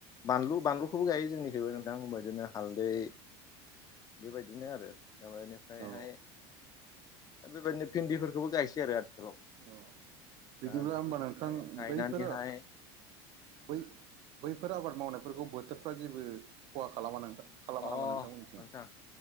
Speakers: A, on the left; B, on the right.
A: बानलु बानलुखौबो गायो जोंनिख्रइबो नोंथां होनोमबा बिदिनो हालदै बेबायदिनो आरोनिफ्रायहाय
B: औ
A: बेबायदिनो भिन्दिफोरखौबो गायसै आरो आथिखालाव
B: औ बिदिब्ला
A: दा बेफोरखौहाय
B: होमबा नोंथां
A: गायनानैहाय
B: बैफोर बै बैफोर आबाद मावनायफोरखौ बोथोरफ्रा जेबो खहा खालामा नोथां खालामा
A: अ
B: नामा नोंथांमोननिथिं
A: नोंथां